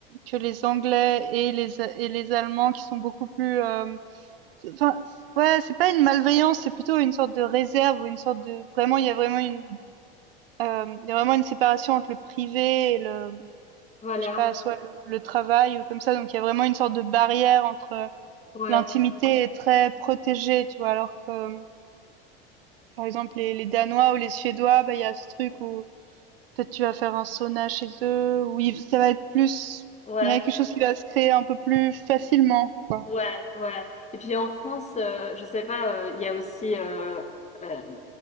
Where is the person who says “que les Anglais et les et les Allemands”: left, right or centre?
Right